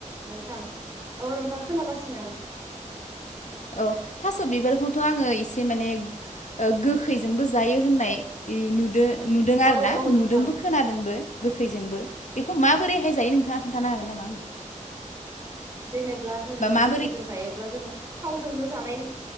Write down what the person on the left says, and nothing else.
औ थास' बिबारखौथ' आङो इसे माने ओ गोखैजोंबो जायो होननाय इ नुदो नुदों
आरो ना
नुदोंबो खोनादोंबो गोखैजोंबो बेखौ माबोरैहाय जायो नोंथाङा खोन्थानो हागोन नामा आंनो
बा माबोरै